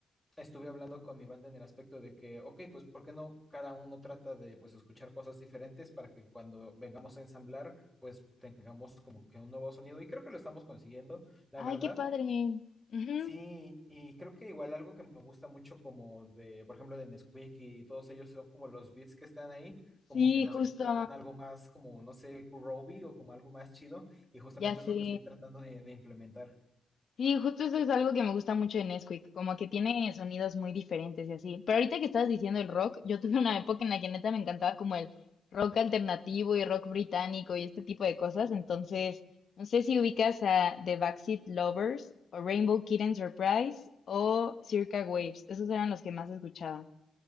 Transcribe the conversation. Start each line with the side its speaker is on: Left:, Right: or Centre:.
Centre: estuve hablando con mi banda en el aspecto de que, ok, pues, ¿por qué no cada uno trata de, pues, escuchar cosas diferentes para que cuando vengamos a ensamblar, pues, tengamos como que un nuevo sonido? Y creo que lo estamos consiguiendo, la
Left: Ay,
Centre: verdad.
Left: qué padre. Ujú,
Centre: Sí, y creo que igual algo que me gusta mucho como de, por ejemplo, de Nesquik y todos ellos son como los beats que están ahí, como
Left: Sí,
Centre: que no
Left: justo.
Centre: se concretan algo más como, no sé, groovy o como algo más chido, y justamente
Left: Ya
Centre: es lo
Left: sé.
Centre: que estoy tratando de, de implementar.
Left: Sí, justo eso es algo que me gusta mucho de Nesquik, como que tiene sonidos muy diferentes y así. Pero ahorita que estabas diciendo el rock, yo tuve una época en la que neta me encantaba como el rock alternativo y rock británico y este tipo de cosas. Entonces, no sé si ubicas a The Backseat Lovers o Rainbow Kitten Surprise o Circa Waves. Esos eran los que más escuchaba.